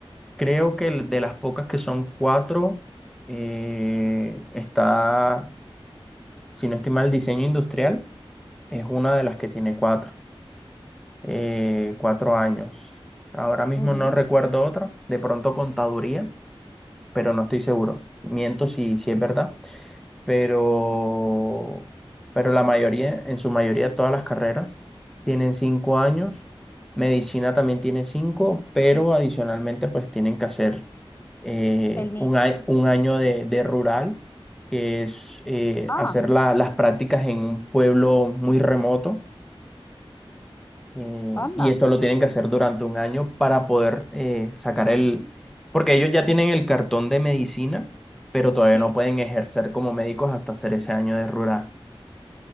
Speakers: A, in the centre; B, on the left.
A: Creo que el- de las pocas que son cuatro, eh, está, si no estoy mal, diseño industrial es una de las que tiene cuatro, eh, cuatro años. Ahora mismo
B: Ujú.
A: no recuerdo otra, de pronto contaduría, pero no estoy seguro. Miento si, si es verdad. pero, pero la mayoría, en su mayoría, todas las carreras tienen cinco años. Medicina también tiene cinco, pero adicionalmente pues tienen que hacer eh,
B: El mío.
A: un, a- un año de, de rural, que es eh,
B: Ah,
A: hacer la- las prácticas en un pueblo muy remoto eh,
B: anda.
A: y esto lo tienen que hacer durante un año para poder eh, sacar el, porque ellos ya tienen el cartón de medicina, pero todavía
B: Sí,
A: no pueden ejercer como médicos hasta hacer ese año de rural.